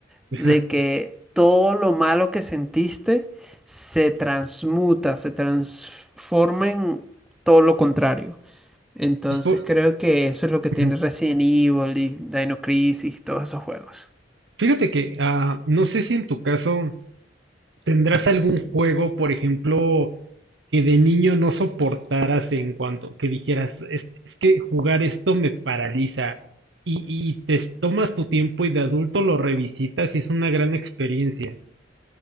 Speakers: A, in the centre; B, on the right.
A: de
B: ajá.
A: que todo lo malo que sentiste se transmuta, se transforma en todo lo contrario. Entonces
B: Y por-
A: creo que eso es lo que tiene
B: ujú.
A: Resident Evil y Dino Crisis, todos esos juegos.
B: Fíjate que, ah, no sé si en tu caso tendrás algún juego, por ejemplo, que de niño no soportaras en cuanto que dijeras, es, es que jugar esto me paraliza y, y te s- tomas tu tiempo y de adulto lo revisitas y es una gran experiencia.